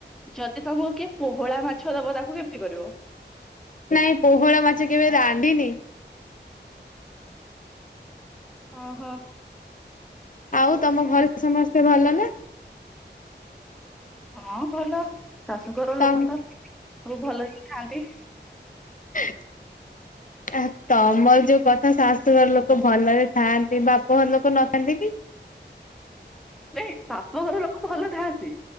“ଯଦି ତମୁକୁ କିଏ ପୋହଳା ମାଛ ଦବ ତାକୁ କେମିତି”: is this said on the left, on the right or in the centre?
Centre